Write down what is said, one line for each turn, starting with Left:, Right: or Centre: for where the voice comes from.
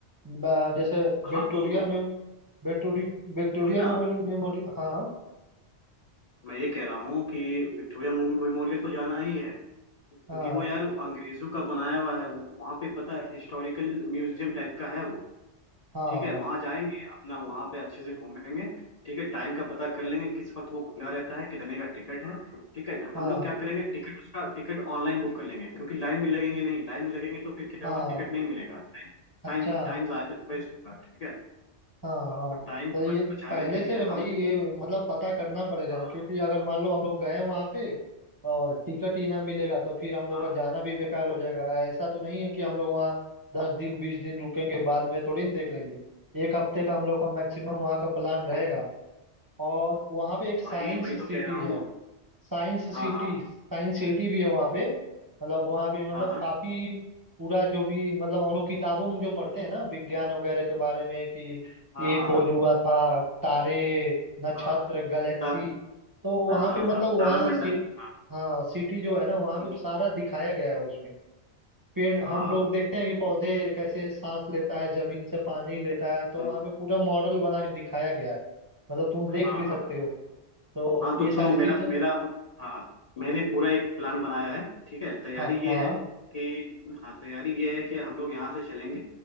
Right: ब- जैसे
Left: हाँ
Right: विक्टोरिया
Left: तो
Right: में विक्टोरी विक्टोरिया
Left: बोलना
Right: मेमोरी मेमोरी हाँ
Left: मैं ये कह रहा हूँ कि विक्टोरिया मेमोरियल तो जाना ही है क्योंकि
Right: हाँ
Left: वो यार अंग्रेजों का बनाया हुआ है वो- वहाँ पे पता है हिस्टोरिकल म्यूजियम टाइप का है वो
Right: हाँ
Left: ठीक है वहां जाएंगे अपना वहां पे अच्छे से घूमेंगे ठीक है टाइम का पता कर लेंगे किस वक्त वो खुला रहता है कितने का टिकट है ठीक है
Right: हाँ
Left: हम लोग क्या करेंगे टिकट उसका टिकट ऑनलाइन बुक कर लेंगे क्योंकि लाइन में लगेंगे नहीं लाइन में लगेंगे तो फिर क्या
Right: हाँ
Left: होगा टिकट नहीं मिलेगा
Right: अच्छा
Left: टाइम टाइम वेस्ट होगा ठीक है
Right: हाँ हाँ
Left: तो टाइम
Right: तो
Left: को
Right: ये
Left: बच- बचाने
Right: पहले
Left: के लिए
Right: से भाई
Left: हम
Right: ये मतलब पता करना पड़ेगा
Left: हाँ
Right: ना क्योंकि अगर मान लो हम लोग गए वहाँ पे और टिकट ही ना मिलेगा तो फिर हम लोग
Left: हाँ
Right: का जाना भी बेकार हो जाएगा ऐसा तो नहीं है कि हम लोग वहाँ दस दिन बीस दिन रुकेंगे बाद में थोड़ी ना देख लेंगे एक हफ्ते का हम लोग का मैक्सिमम वहाँ का प्लान रहेगा और वहाँ पे एक साइंस
Left: भाई वही तो
Right: सिटी
Left: कह रहा
Right: है
Left: हूँ
Right: साइंस
Left: हाँ
Right: सिटी
Left: हाँ
Right: साइंस सिटी भी है वहाँ पे मतलब वहाँ पे मतलब
Left: हाँ
Right: काफी पूरा जो भी मतलब हम लोग किताबों में जो पढ़ते हैं ना विज्ञान वगैरह के बारे में कि
Left: हाँ
Right: ये
Left: हाँ
Right: खोज
Left: हाँ हाँ
Right: हुआ था तारे नक्षत्र
Left: हाँ
Right: गैलेक्सी
Left: ता-
Right: तो वहाँ
Left: हाँ हाँ
Right: पे मतलब
Left: हाँ
Right: वहाँ
Left: तारामंडल
Right: सी
Left: हाँ
Right: हाँ सिटी जो है ना वहाँ पे
Left: हम्म,
Right: सारा दिखाया गया है उसमें पेड़ हम
Left: हाँ
Right: लोग देखते हैं कि पौधे कैसे सांस लेता है जमीन से पानी लेता है तो
Left: हम्म,
Right: वहाँ पे पूरा मॉडल बना के दिखाया गया है मतलब तुम देख
Left: हाँ
Right: भी
Left: हाँ
Right: सकते हो तो
Left: हाँ तो
Right: ये सारी
Left: सुनो मेरा
Right: चीजें
Left: मेरा हाँ मैंने पूरा एक प्लान बनाया है ठीक है तैयारी
Right: हाँ
Left: ये
Right: हाँ
Left: है कि हाँ तैयारी ये है कि हम लोग यहाँ से चलेंगे